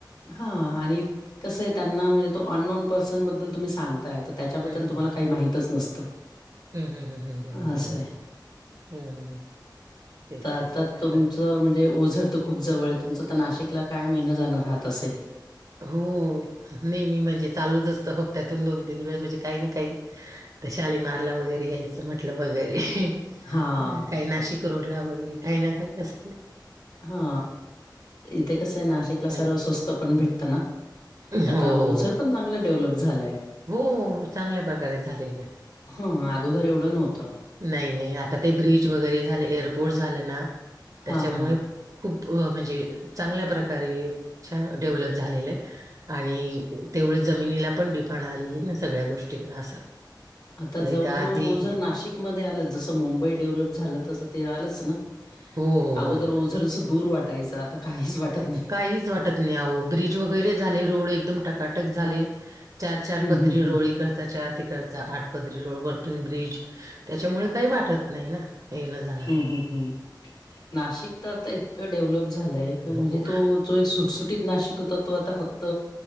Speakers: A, on the left; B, on the right.
A: ह आणि कसं आहे त्यांना म्हणजे तो अन नोन पर्सन बद्दल तुम्ही सांग त्याच्याबद्दल
B: हम्म.
A: तुम्हाला काही माहितच नसत.
B: हम्म हम्म हम्म हम्म बरोबर
A: असंय
B: आहे बरोबर हम्म, हम्म, तेच,
A: तर
B: तेच, आता
A: तुमचं म्हणजे ओझर तर खूप जवळ आहे तुमचं तर नाशिकला कायम येणं जाणं राहत असेल.
B: हो नेहमी म्हणजे चालूच असतं हप्त्यातून दोन तीन वेळा म्हणजे काही ना काही तर शाली मारला वगैरे यायचं म्हटलं वगैरे
A: हां,
B: अ काही नाशिक रोडला वगैरे काही ना काही असत.
A: हा इथे कसं आहे नाशिकला
B: पण
A: सर्व स्वस्त पण भेटतं ना.
B: हो
A: आता ओझर पण चांगलं डेव्हलप झालंय.
B: हो चांगल्या प्रकारे झालेलं आहे.
A: हं अगोदर एवढं नव्हतं.
B: नाही नाही आता ते ब्रिज वगैरे झाले एअरपोर्ट झालं ना त्याच्यामुळे
A: हां, हां.
B: खूप म्हणजे चांगल्या प्रकारे छान डेव्हलप झालेलं आहे. आणि तेवढं जमिनीला पण डिफहान आलेली ना सगळ्या गोष्टींना असं
A: आता जवळजवळ
B: नाही तर आधी
A: जर नाशिकमध्ये आलंच जसं मुंबई डेव्हलप झालं तसं ते आलंच ना
B: हो हो
A: अगोदर
B: बरोबर
A: ओझरस दूर वाटायचं आता काहीच वाटत नाही
B: नाहीच वाटत नाय ओ ब्रिज वगैरे झाले रोड एकदम टकाटक झाले. चार, चार
A: हं,
B: पदरी
A: हं, हं.
B: रोड इकडचाचार तिकडचा चार. हा घाट पदरी रोड वरतूून ब्रिज त्याच्यामुळे काही वाटत नाही ना येन जा
A: हंम हंम नाशिक त आता इतक डेव्हलप झालय म्हणजे
B: हो
A: तो जो एक सो सुटसुटीत नाशिक होता तो आता फक्त